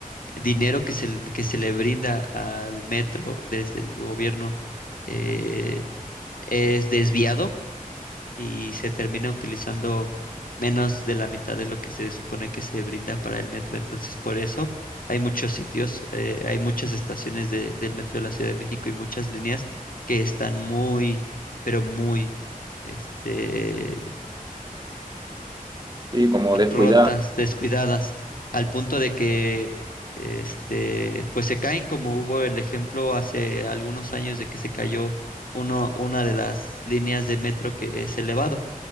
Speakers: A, on the left; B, on the right.
A: dinero que se, que se le brinda al metro desde el gobierno eh, es desviado y se termina utilizando menos de la mitad de lo que se supone que se brinda para el metro. Entonces, por eso hay muchos sitios, eh, hay muchas estaciones de- del metro de la Ciudad de México y muchas líneas que están muy, pero muy, este,
B: Sí, como descuidadas,
A: rotas, descuidadas, al punto de que, este, pues se caen, como hubo el ejemplo hace algunos años de que se cayó uno, una de las líneas de metro que es elevado.